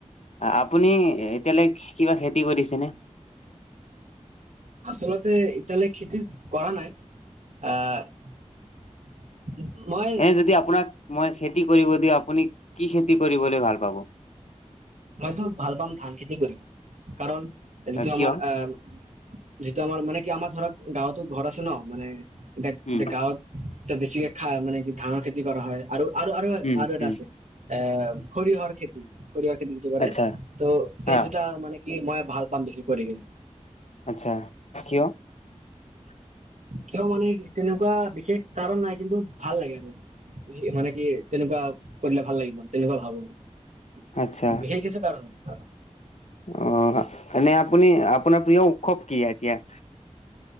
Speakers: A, on the left (about 65°); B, on the right (about 70°).
A: আপুনি এতিয়ালৈ কিবা খেতি কৰি দিছিনে।
B: আচলতে এতালে খেতি কৰা নাই আহ মই
A: এ যদি আপোনাক মই খেতি কৰিব দি আপুনি কি খেতি কৰিবলৈ ভাল পাব
B: মইতো ভাল পাম ধান খেতি কৰি কাৰণ যিটো
A: কিয়
B: আমাৰ আহ যিটো আমাৰ মানে কি আমাৰ ধৰক গাঁৱতো ঘৰ আছে ন মানে এতিয়া এয়া
A: উম
B: গাঁৱত তে ক খা মানে কি ধানৰ খেতি কৰা হয় আৰু আৰু আৰু
A: উম
B: আৰু এটা
A: উম
B: আছে এ সৰিয়হৰ খেতি সৰিয়হৰ খেতি যিটো কৰে
A: আচ্ছা
B: ত' সেই
A: আহ
B: যটা মানে কি মই ভাল পাম বেছি কৰি কিনে
A: আচ্ছা কিয় <inaudible>
B: কিয় মানে তেনেকুৱা বিশেষ কাৰণ নাই কিন্তু ভাল লাগে আৰু মানে কি তেনেকুৱা কৰিলে ভাল লাগিব আৰু তেনেকুৱা ভাবো আৰু
A: আত্ছা
B: বিহেগছে কাৰণ হয় ত
A: অ এনে আপুনি আপোনাৰ প্ৰিয় উৎসৱ কি এতিয়া